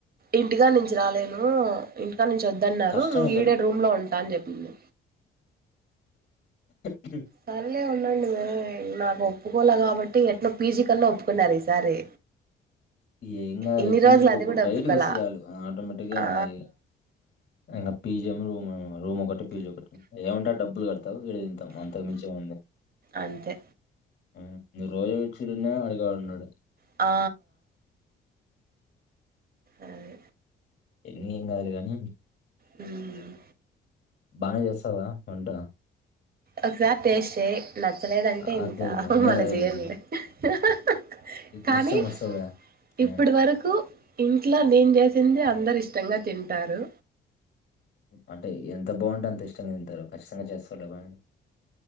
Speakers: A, on the right (about 50°); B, on the left (about 55°).
A: ఇంటికా నుంచి రాలేను ఇంకా నుంచి వద్దన్నారు
B: కష్టం
A: ఈడే రూమ్ లో ఉంటా అని చెప్పింది
B: అ
A: సరే అే ఉండండి మే నాకు ఒప్పుకోల కాబట్టి ఎట్లా పీ జీ కన్నా ఒప్పుకున్నారు ఈసారి
B: ఏం గాదులే
A: ఇన్ని
B: పీ
A: రోజులు
B: జి
A: అది కూడా
B: బయటకి
A: ఒప్పుకోలా
B: వస్తే చాలు ఆటోమేటిక్గా
A: ఆ
B: ఈ అయిన పీ జీ ఎం రూమ్ ఏం రూమ్ ఒక్కటే పీజీ ఒకటి ఏమంటారు డబ్బులు కడతావు ఇడ తింటాం అంతకు మించ ఏముంది
A: అంతే
B: మ్మ్ నువ్వు రోజు వచ్చి ఉన్న అడిగేవాడు ఉండడు
A: ఆ అదే
B: ఎన్ని ఎం కాదులే కానీ
A: మ్మ్
B: బానే చేస్తావ్ గా వంట
A: ఒక సారి టేస్ట్ చెయ్ నచ్చలేదంటే
B: అదే
A: ఇంకా
B: అదే నేను
A: మన
B: అదే
A: జీయన్లే
B: అనుకుంటున్నా
A: ఆ కానీ
B: నెక్స్ట్ టైం వస్తావు కదా ఆ,
A: ఇప్పుటి వరకు ఇంట్లో నేను చేస్ తిండి అందరు ఇష్టంగా తింటారు
B: అంటే ఎంత బాగుంటే అంత ఇష్టంగా తింటారు ఖచ్చితంగా చేస్తళ్ళు కానీ